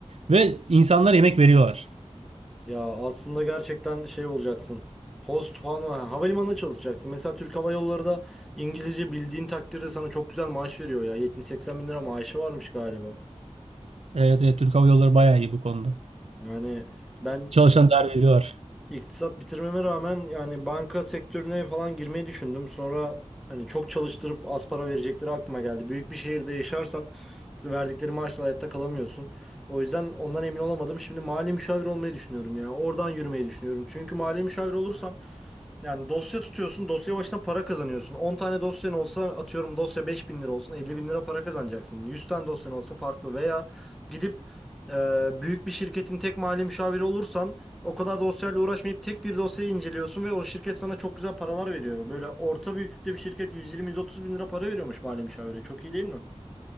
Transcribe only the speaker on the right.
ve insanlara yemek veriyorlar.
Evet evet Türk Hava Yolları bayağı iyi bu konuda.
Çalışan değer veriyorlar.